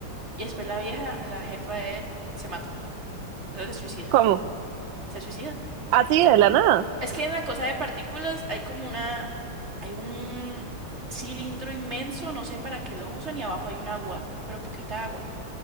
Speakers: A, on the right; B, on the right.
A: Y después la vieja, la jefa de él, se mata, o sea, se suicida
B: ¿Cómo?
A: se suicida.
B: Así
A: Se-
B: de la nada.
A: Es que en la cosa de partículas hay como una, hay un cilindro inmenso, no sé para qué lo usan, y abajo hay un agua, pero poquita agua.